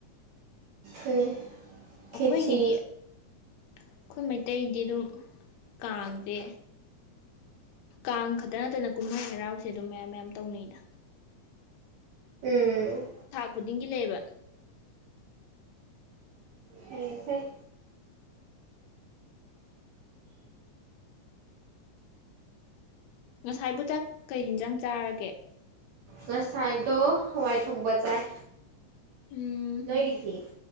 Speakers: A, on the right; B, on the left.
A: ꯎꯝ꯫ ꯈꯦꯆꯤ
B: ꯑꯩꯈꯣꯏꯒꯤꯗꯤ ꯑꯩꯈꯣꯏ ꯃꯩꯇꯩꯗꯤ ꯑꯗꯨꯝ ꯀꯥꯡꯁꯦ ꯀꯥꯡ ꯈꯛꯇ ꯅꯠꯇꯅ ꯀꯨꯝꯍꯩ ꯍꯔꯥꯎꯁꯦ ꯑꯗꯨꯝ ꯃꯌꯥꯝ ꯃꯌꯥꯝ ꯇꯧꯅꯩꯗ꯫
A: ꯎꯝ꯫
B: ꯈꯨꯨꯗꯤꯡꯒꯤ ꯂꯩꯌꯦꯕ꯫
A: ꯐꯩ ꯐꯩ
B: ꯉꯁꯥꯏꯕꯨ ꯆꯥꯛ ꯀꯩ ꯍꯦꯟꯖꯥꯡ ꯆꯥꯔꯒꯦ꯫
A: ꯉꯁꯥꯏꯗꯣ ꯍꯋꯥꯏ ꯊꯣꯡꯕ ꯆꯥꯏ꯫
B: ꯎꯝ
A: ꯅꯣꯏꯒꯤꯇꯤ꯫